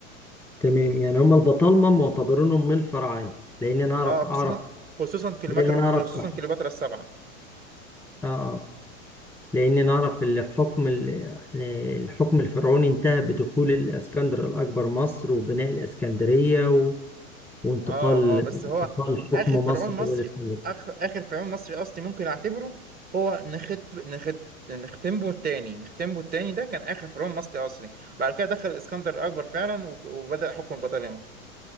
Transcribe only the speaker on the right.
اه خصوصا
خصوصا كليوباترا
خصوصا
كليوباترا السبعة
اه اه بس هو
آخر فرعون
مصري
آخر آخر فرعون مصري أصلي ممكن أعتبره هو نخت نخت نختنبو التاني نختنبو التاني ده كان آخر فرعون مصري أصلي بعد كده دخل الإسكندر الأكبر فعلا وب- وبدأ حكم البطالمة